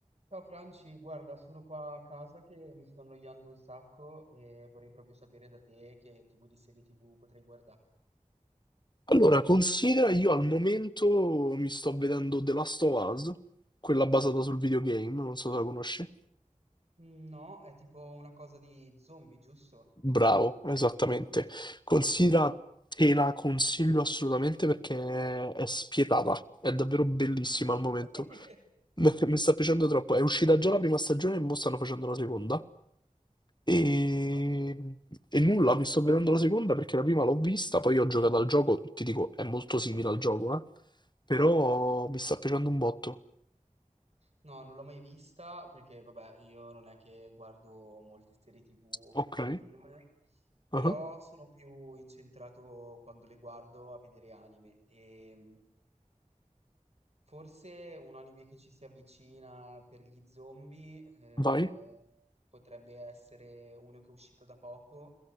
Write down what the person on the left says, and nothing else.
Allora, considera io al momento mi sto vedendo The Last of Us, quella basata sul videogame, non so se la conosci.
Bravo, esattamente. Considera, te la consiglio assolutamente perché è spietata, è davvero bellissima al momento.
<laughs> Mi mi sta piacendo troppo. È uscita già la prima stagione e mo stanno facendo la seconda. E...
e nulla, mi sto vedendo la seconda perché la prima l'ho vista, poi ho giocato al gioco, ti dico, è molto simile al gioco, eh? Però mi sta piacendo un botto.
Ok,
ah,
vai,